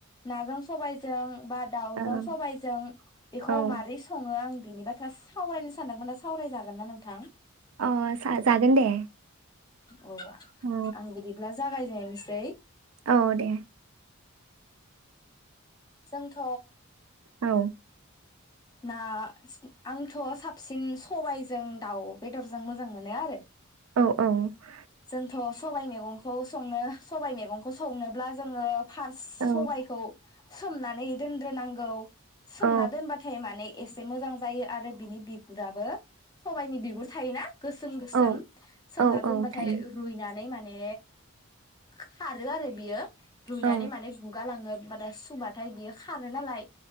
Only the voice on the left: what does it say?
नाजों सबायजों बा दाउजों
सबायजों बेखौ
माबारै सङो आं बेनि बाथ्रा सावरायनो सानदोंमोना सावरायजागोनना नोंथां?
औ
आं बिदिब्ला जागायजेननो। सै।
जोंथ।
ना <unintelligible> आंथ' साबसिन सबायजों दाउ बेदरजों मोजां मोनो आरो।
जोंथ' स सबाइ मैगंखौ संनो सबाइ मैगंखौ संनोब्ला जोङो। फार्स
सबायखौ सोमनानै दोनद्रोनांग औ। सोमना
दोनबाथ माने एसे मोजां जायो आरो बिनि बिगुराबो। सबायाइनि बिगुर थायोना गोसोम गोसोम
सोमना
दोनबाथाय
रुइनानै मान ने खारो आरो बियो। रुयनानै
माने गुगालाङो। <unintelligible> सुबाथाय बियो खारो नालाय।